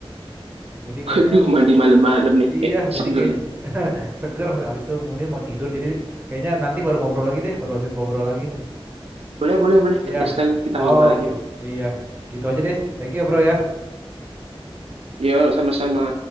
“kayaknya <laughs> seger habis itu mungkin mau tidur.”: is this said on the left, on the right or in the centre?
Right